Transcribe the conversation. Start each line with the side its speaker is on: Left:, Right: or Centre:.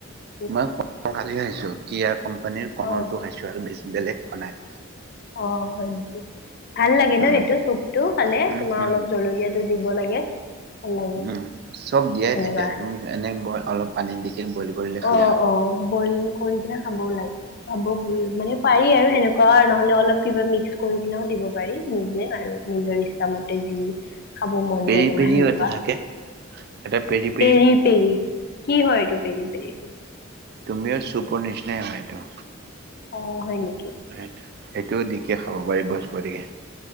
Left: <unintelligible>
Right: মই কৰ্ণখালি খাইছো, কিয়া কোম্পানীৰ কৰ্ণৰটো
Left: অ
Right: খাইছো আৰু বেছি বেলেগ খোৱা নাই।
Left: অঁহ হয় নেকি? ভাল লাগে ন
Right: উম,
Left: সেইটো চুপটো খালে
Right: উম,
Left: তোমাৰ
Right: উম,
Left: অলপ জলকীয়া তো দিব লাগে। ভাল লাগে
Right: উম চব দিয়াই
Left: সেনেকুৱা
Right: থাকে, তুমি এনে অলপ পানী দিকে বইল কৰিলে খালে
Left: অ
Right: হয়।
Left: অ বইল কৰি কিনে খাবও লাগে। খাব মানে পাৰি আৰু সেনেকুৱা নহ'লে অলপ কিবা মিক্স কৰি কিনেও দিব। পাৰি নিজে আৰু নিজৰ ইচ্ছা মতে যি খাব মন
Right: পেৰি
Left: যায় তোমাৰ
Right: পেৰিও
Left: সেনেকুৱা।
Right: এটা থাকে এটা পেৰিফ
Left: পেৰি - পেৰি কি হয় এইটো পেৰি - পেৰি এইটো?
Right: তুমিও চুপৰ নিচিনাই হয়টো।
Left: অ হয় নি?
Right: সেইটো সেইটোও দিকে খাব পাৰি ব্ৰইল কৰিকে।